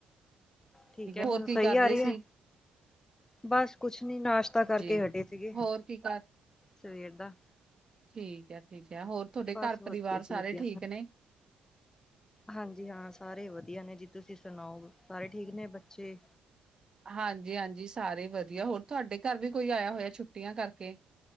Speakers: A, on the left; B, on the right.
A: ਠੀਕ ਹੈ, ਹੁਣ
B: ਹੋਰ ਕੀ
A: ਸਹੀ
B: ਕਰ
A: ਆ
B: ਰਹੇ
A: ਰਹੀ
B: ਸੀ
A: ਹੈ? ਬਸ ਕੁਛ ਨੀ ਨਾਸ਼ਤਾ ਕਰਕੇ
B: ਜੀ
A: ਹਟੇ ਸੀਗੇ,
B: ਹੋਰ ਕੀ ਕਰ
A: ਸਵੇਰ ਦਾ।
B: ਠੀਕ ਹੈ, ਠੀਕ ਹੈ, ਹੋਰ ਤੁਹਾਡੇ
A: ਬਸ
B: ਘਰ-ਪਰਿਵਾਰ
A: ਵਧੀਆ ਜੀ
B: ਸਾਰੇ
A: ਵਧੀਆ
B: ਠੀਕ ਨੇ?
A: ਹਾਂਜੀ ਹਾਂ, ਸਾਰੇ ਵਧੀਆ ਨੇ ਜੀ। ਤੁਸੀਂ ਸੁਣਾਓ, ਸਾਰੇ ਠੀਕ ਨੇ ਬੱਚੇ?
B: ਹਾਂਜੀ-ਹਾਂਜੀ ਸਾਰੇ ਹੀ ਵਧੀਆ। ਹੋਰ, ਤੁਹਾਡੇ ਘਰ ਵੀ ਕੋਈ ਆਇਆ ਹੋਇਆ, ਛੁੱਟੀਆਂ ਕਰਕੇ?